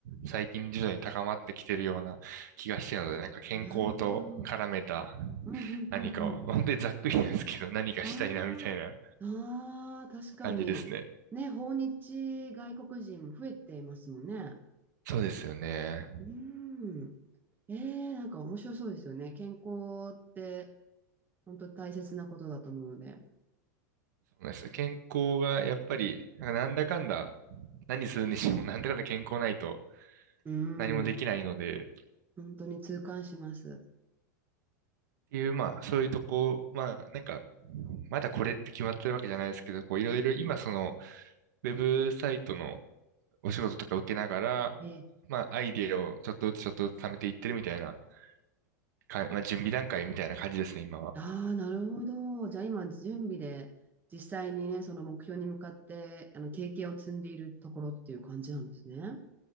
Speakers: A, on the right; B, on the right.
A: 最近徐々に高まってきてるような気がしてるので、なんか健康と絡めた
B: なるほど。うんうんうんうん。
A: 何かを、まあ本当にざっくりなんですけど、何かしたいなみたいな
B: ああ、ああ、確かに。
A: 感じですね。
B: ね、訪日外国人も増えていますもんね。
A: そうですよね。
B: うーん。ええなんか面白そうですよね。健康って本当大切なことだと思うので。
A: そうです健康がやっぱり、なんかなんだかんだ、何するにしてもなんだかんだ健康ないと
B: うん。
A: 何もできないので、っ
B: 本当に痛感します。
A: ていう、まあ、そういうとこ、まあ、なんか、まだこれって決まってるわけじゃないですけど、こう、いろいろ今、
B: うん。
A: その、ウェブサイトのお仕事とか受けながら、
B: え、
A: まあ、アイディアをちょっとずつちょっとずつ貯めていってるみたいな、か、まあ、準備段階みたいな感じですね、今は。
B: ああ、なるほど。じゃあ今、準備で実際にね、その目標に向かって、あの、経験を積んでいるところっていう感じなんですね。